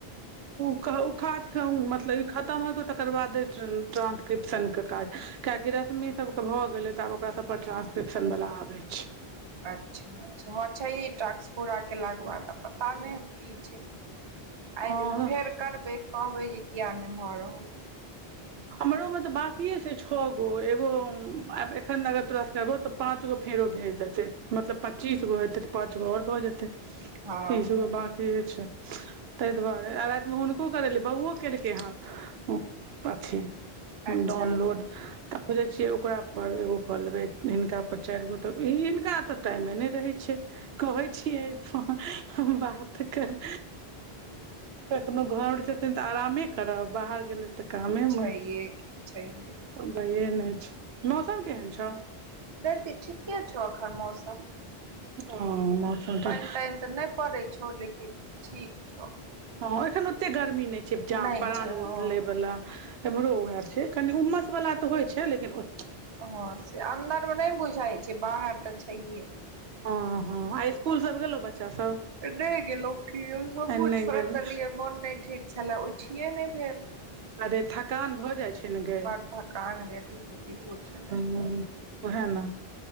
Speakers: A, on the right; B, on the right.
A: ओ काज मतलब ई खत्म हेतौ तकर बाद ट्रांसक्रिप्शन के काज किया कि रश्मि सब के भए गेले ते आब ओकरा सब पर ट्रांसक्रिप्शन वला आबे छै
B: अच्छा अच्छा हँ छै इ टास्क पूरा केलाक के बाद पता नहि की छै आइ
A: हँ
B: दिन फेर करबै कहबै जे किया नहि भऽ रहलै
A: हमरो म तऽ बकिए छै छओ गो एगो एखन अगर तोरा सँ करबौ तऽ पाँंच गो फेरो भेज देते मतलब पच्चीस गो हेतै तऽ पाँच गो आओर भऽ जेतै तीस
B: हँ
A: बाकी किए छै ताहि दुआरे आ रातिमे हुनको करेले बौओ केलकै हन कथी
B: अच्छा
A: डाउनलोड त खोजै छियै ओकरापर एगो कऽ लेबै हिनकापर चारि गो तऽ हिनका तऽ टाइमे नैय रहै छै कहै छी हम बात करब कोनो घर जेतेन तऽ आरामे करब बाहर गेलै तऽ कामे मऽ
B: छैहे की छैहे की
A: अब भइये नइ छै मौसम केहन छौ
B: इधर तऽ ठीके छौ अखन मौसम
A: ओ मौसम
B: पानि
A: त
B: तानि तऽ नहि पड़ै छौ लेकिन ठीक छौ एखन
A: हँ एखन ओते गर्मी नइ छै जान
B: नहि
A: प्रान
B: छै हँ
A: ले बला एम्हरो ओहर छै कनि उमस बला तऽ होइ छै लेकिन ओ
B: हँ से अन्दर मे नेय बुझाइ छै बाहर तऽ छैहे
A: हँ हँ आइ स्कूल सब गेलो बच्चा सब
B: नइ गेलो की हमहू
A: आइ नहि
B: छोड़
A: गेल
B: देलियै मोन नैय ठीक उठिए नइ भेल
A: अरे थकान भऽ जाइ छै ने गै
B: बर थकान गे खुशबु की पुछ नैय
A: हुँ ओ है न